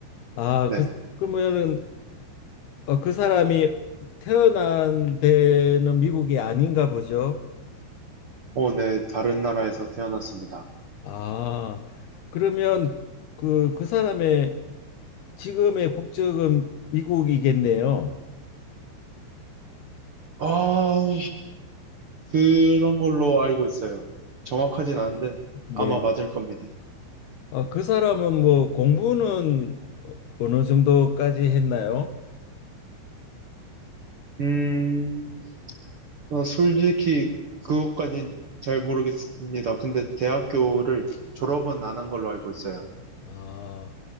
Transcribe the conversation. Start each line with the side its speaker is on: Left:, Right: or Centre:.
Left: 아,
Right: 네,
Left: 그 그러면은 어, 그 사람이 태어난 데는 미국이 아닌가 보죠.
Right: 어, 네, 다른 나라에서 태어났습니다.
Left: 아, 그러면 그 그 사람의 지금의 국적은 미국이겠네요.
Right: 아, 그런 걸로 알고 있어요. 정확하진 않은데
Left: 네.
Right: 아마 맞을 겁니다.
Left: 아, 그 사람은 뭐 공부는 어느 정도까지 했나요?
Right: 음, 어, 솔직히 그것까진 잘 모르겠습니다. 근데 대학교를 졸업은 안 한 걸로 알고 있어요.
Left: 아,